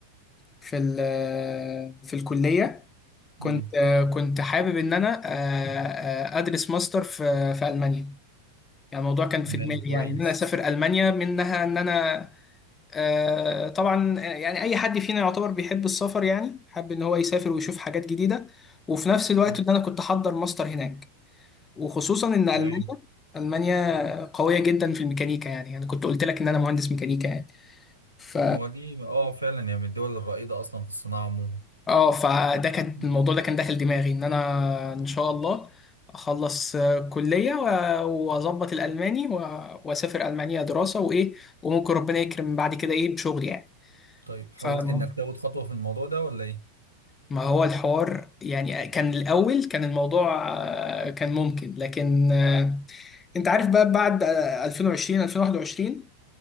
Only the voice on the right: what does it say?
امم
تمام
كويس
مم.
تمام
هو دي اه فعلا يعني من الدول الرائدة اصلا في الصناعة عموما
مم.
طيب حاولت
انك تاخد خطوة في الموضوع ده ولا ايه